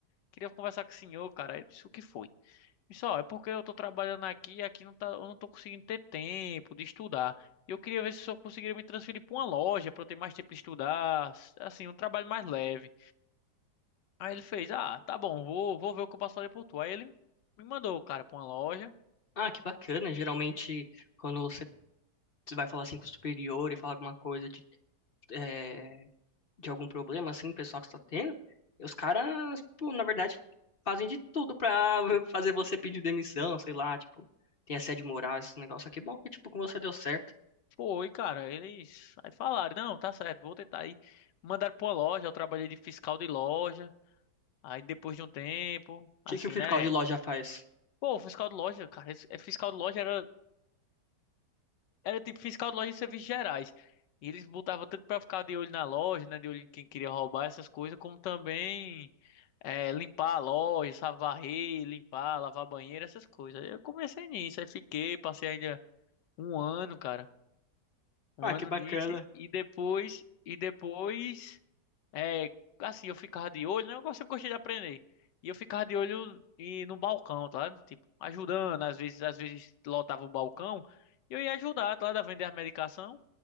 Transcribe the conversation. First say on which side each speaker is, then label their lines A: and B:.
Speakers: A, on the left; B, on the left.
A: queria conversar com o senhor, cara. Ele disse, o que foi? Isso, ó, é porque eu tô trabalhando aqui e aqui não tá, eu não tô conseguindo ter tempo de estudar. E eu queria ver se o senhor conseguiria me transferir pra uma loja pra eu ter mais tempo de estudar, assim, um trabalho mais leve. Aí ele fez, ah, tá bom, vou, vou ver o que eu posso fazer por tu. Aí ele me mandou, cara, pra uma loja.
B: Ah, que bacana.
A: E
B: Geralmente, quando você você vai falar assim com o superior e falar alguma coisa de, eh, de algum problema, assim, pessoal que está tendo, e os caras, tipo, na verdade, fazem de tudo pra <laughs> fazer você pedir demissão, sei lá, tipo, tem assédio moral, esse negócio aqui. Bom, que, tipo, com você deu certo. O
A: foi, cara, eles aí falaram, não, tá certo, vou tentar aí. Mandaram pra uma loja, eu trabalhei de fiscal de loja. Aí depois de um tempo, assim,
B: que que o fiscal
A: né?
B: de loja faz?
A: Pô, fiscal de loja, cara, esse- é, fiscal de loja era Era tipo fiscal de loja e serviços gerais. E eles botavam tanto pra ficar de olho na loja, né? De olho em quem queria roubar essas coisas, como também eh, limpar a loja, sabe, varrer, limpar, lavar banheiro, essas coisas. Aí Eu comecei nisso, aí fiquei, passei ainda um ano, cara. Um
B: Ah,
A: ano
B: que bacana.
A: nisso. E depois, e depois é, assim, eu ficava de olho, né? Eu gosto- sempre gostei de aprender. E eu ficava de olho e no balcão, tá? ligado? Tipo, ajudando, às vezes, às vezes lotava o balcão, e eu ia ajudar, tá? ligado? A vender a medicação.